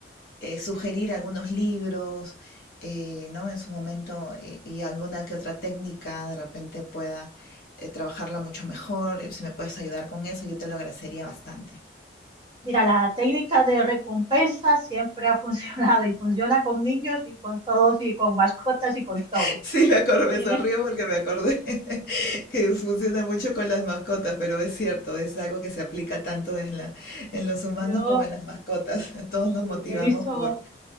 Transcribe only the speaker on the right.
Mira, la técnica de recompensa siempre ha <laughs> funcionado y funciona con niños y con todos y con mascotas y con todo.
Tienes,
yo
sí,
he visto